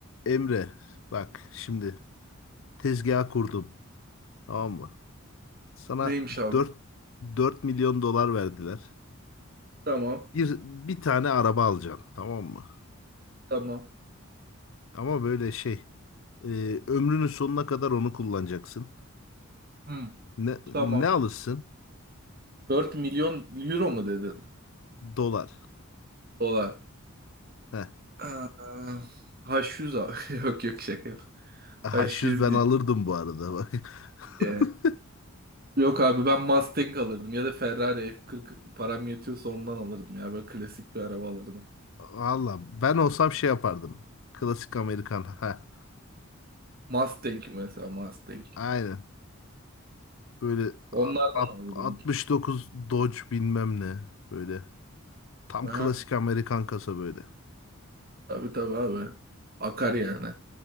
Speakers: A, on the left (about 60°); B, on the right (about 45°).
A: Emre bak şimdi tezgah kurdum tamam mı? Sana
B: Neymiş abi?
A: 4 4 milyon dolar verdiler.
B: Tamam.
A: Bir, bir tane araba alacaksın tamam mı?
B: Tamam.
A: Ama böyle şey e, ömrünün sonuna kadar onu kullanacaksın.
B: Hı,
A: Ne,
B: tamam.
A: ne alırsın?
B: 4 milyon euro mu dedin?
A: Dolar.
B: Dolar.
A: Heh.
B: Ee, H100 abi. <laughs> Yok yok şaka. yok.
A: H100
B: H100
A: ben
B: değil.
A: alırdım bu arada bak. <laughs>
B: Ee, Yok abi ben Mustang alırdım ya da Ferrari F40 param yetiyorsa ondan alırdım ya böyle klasik bir araba alırdım.
A: Valla ben olsam şey yapardım. Klasik Amerikan. Ha.
B: Mustang mesela Mustang.
A: Aynen. Böyle a-
B: Onlardan
A: at-
B: alırdım.
A: 69 Dodge bilmem ne. Böyle. Tam
B: Aha,
A: klasik Amerikan kasa böyle.
B: tabii tabii abi. Akar yani.